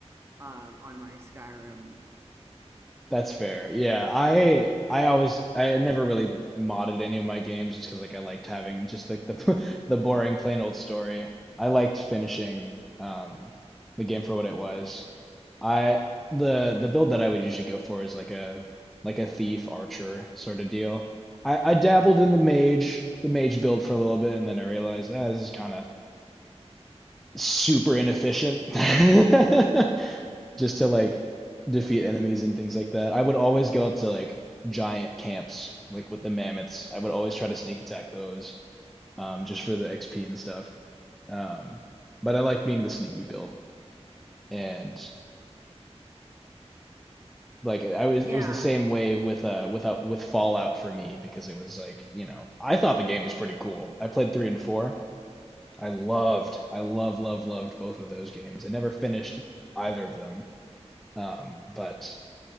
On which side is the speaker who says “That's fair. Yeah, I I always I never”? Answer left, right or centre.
Centre